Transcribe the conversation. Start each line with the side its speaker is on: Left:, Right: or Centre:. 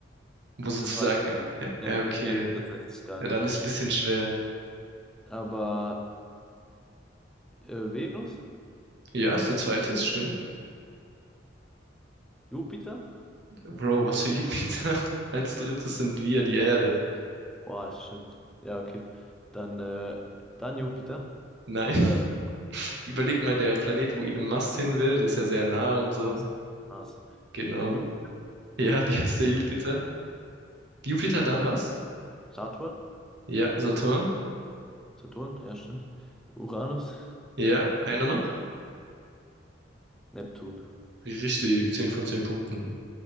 Right: wo
Centre: das
Right: sozusagen,
Centre: weiß ich nicht.
Right: äh,
Centre: Das kenne
Right: äh, okay.
Centre: das kenn ich tatsächlich gar
Right: Ja,
Centre: nicht.
Right: dann ist es ein bisschen schwer.
Centre: Aber äh, Venus?
Right: Ja, ist der zweite, es stimmt.
Centre: Jupiter?
Right: Bro, was für Jupiter? <laughs> Als drittes sind wir die Erde.
Centre: Boah, stimmt. Ja, okay. Dann, äh, dann Jupiter.
Right: Nein,
Centre: Oder
Right: <laughs> überleg mal, der Planet, wo Elon Musk hin will, der ist ja sehr nah und so.
Centre: Mars. Mars.
Right: Genau.
Centre: Dann Jupiter.
Right: Ja, <laughs> jetzt der Jupiter. Jupiter dann was?
Centre: Saturn?
Right: Ja, Saturn.
Centre: Saturn, ja, stimmt. Uranus?
Right: Ja, einer noch?
Centre: Neptun.
Right: Richtig, 10 von 10 Punkten.